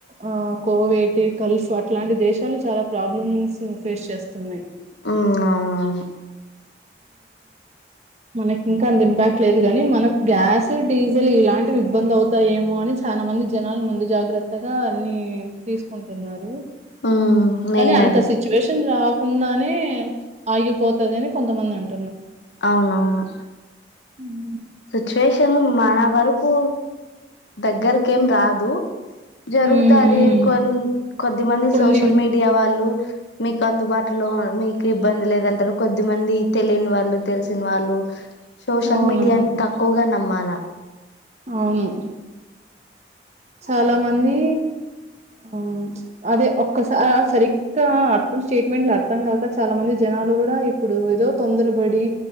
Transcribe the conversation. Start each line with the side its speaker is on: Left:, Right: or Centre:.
Right: ఆ కోవటి గల్ఫ్ అట్లాంటి దేశాలు చాలా ప్రాబ్లమ్స్ ఫేస్ చేస్తున్నాయి
Left: ఉ అవునవును
Right: మనకి ఇంకా అంత ఇంపాక్ట్ లేదు కాని మన గ్యాస్ డీజిల్ ఇలాంటివి ఇబ్బంది అవుతాయేమో అని చాలా మంది జనాలు ముందు జాగ్రత్తగా అన్ని తీసుకుంట అంటున్నారు
Left: ఉమ్ మెయిన్
Right: కానీ అంత
Left: అది
Right: సిచ్యువేషన్ రా కుండానే ఆగిపోతుంది అని కొంతమంది అంటారు
Left: అవునవును
Right: హ్మ్
Left: సిచ్యువేషన్ మన వరకు దగ్గరకేం రాదు జరుగుతుంది
Right: హ్మ్ హ్మ్.
Left: కొం కొద్దిమంది
Right: కొన్ని
Left: సోషల్ మీడియా వాళ్ళు మీకు అందుబాటులో మీకు ఇబ్బంది లేదంటారు కొద్ది మంది తెలియని వాళ్ళు తెలిసిన వాళ్ళు సోషల్
Right: అవునవును
Left: మీడియాని పోగా నమ్మాలా
Right: అవును చాలా మంది ఆ అదే ఒక్కస సరిగ్గా అర్థం స్టేట్మెంట్లు అర్థం కాక చాలా మంది జనాలు కూడా ఇప్పుడు ఏదో తొందరబడి